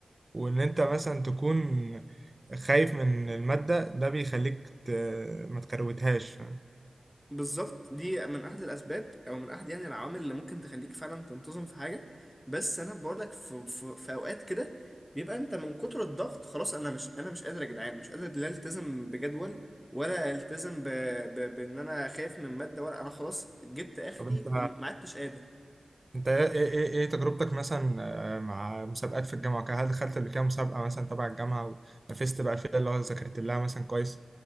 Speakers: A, on the right; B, in the centre.
A: وان انت مثلا تكون خايف من الماده ده بيخليك ت... ما تكروتهاش فاهم
B: بالظبط دي من احد الاسباب او من احد يعني العوامل اللي ممكن تخليك فعلا تنتظم في حاجه بس انا بقول لك في, في, في اوقات كده بيبقى انت من كتر الضغط خلاص انا مش انا مش قادر يا جدعان مش قادر لا التزم بجدول ولا التزم ب... ب... بان انا خايف من ماده ولا انا خلاص جبت اخري
A: طب انت
B: وما عدتش قادر
A: انت ايه ايه, إيه إيه تجربتك مثلا آه، مع مسابقات في الجامعه وكده؟ هل دخلت قبل كده مسابقه مثلا تبع الجامعه ونافست بقى فيها اللي هو ذاكرت لها مثلا كويس